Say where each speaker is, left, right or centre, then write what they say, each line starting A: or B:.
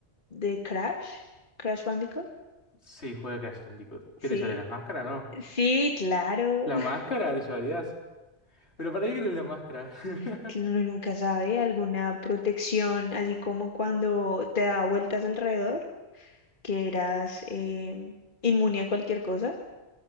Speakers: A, on the left; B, on the left.
A: de Crash? ¿Crash Bandicoot?
B: Sí, juega Crash Bandicoot.
A: Sí.
B: ¿Qué te llevarías? ¿La máscara? No.
A: Sí, claro.
B: ¿La máscara te llevarías? ¿Pero para qué quieres la máscara? <laughs>
A: <laughs> Uno nunca sabe. Alguna protección, así como cuando te da vueltas alrededor. que eras eh, inmune a cualquier cosa.